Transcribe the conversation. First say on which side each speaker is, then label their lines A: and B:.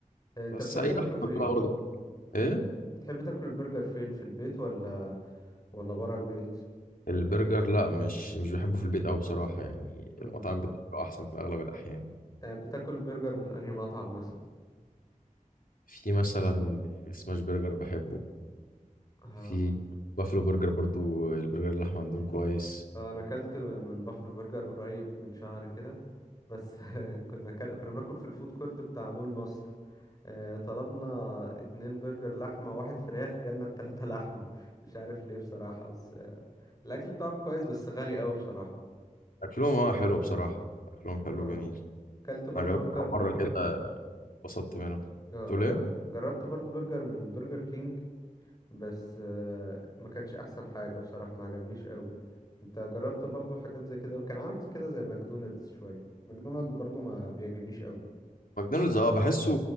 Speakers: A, on the left; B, on the left.
A: آه، انت
B: بس
A: بتحب
B: اي
A: تاكله
B: لحمه
A: فين
B: بتبقى برضه ايه
A: بتحب تاكل البرجر فين في البيت ولا ولا بره البيت
B: البرجر لا مش مش بحبه في البيت قوي بصراحه يعني
A: آه.
B: المطاعم بتبقى احسن في اغلب الاحيان
A: آه، بتاكل برجر من انهي مطعم مثلا
B: في مثلا سماش برجر بحبه
A: آه،
B: في بافلو برجر برضو البرجر اللحمه عندهم كويس
A: آه، انا اكلت من بافلو برجر قريب من شهر كده بس <laughs> كنا كل... كنا بناكل في الفود كورت بتاع مول مصر آه، طلبنا اتنين برجر لحمة واحد فراخ جالنا التلاتة لحمة مش عارف ليه بصراحة بس آه، الأكل بتاعهم كويس بس غالي قوي بصراحة
B: اكلهم اه حلو بصراحه اكلهم حلو
A: اه
B: جميل
A: اكلت برضو
B: انا جربت
A: برجر
B: كام
A: من
B: مره كده اتبسطت منهم
A: آه،
B: تقول
A: انا جر...
B: ايه
A: جربت برضو برجر من برجر كينج بس آه، ما كانش احسن حاجة بصراحة ما عجبنيش قوي انت جربت برضو حاجات زي كده كان عامل كده زي ماكدونالدز شوية ماكدونالدز برضو ما بيعجبنيش قوي
B: ماكدونالدز اه بحسه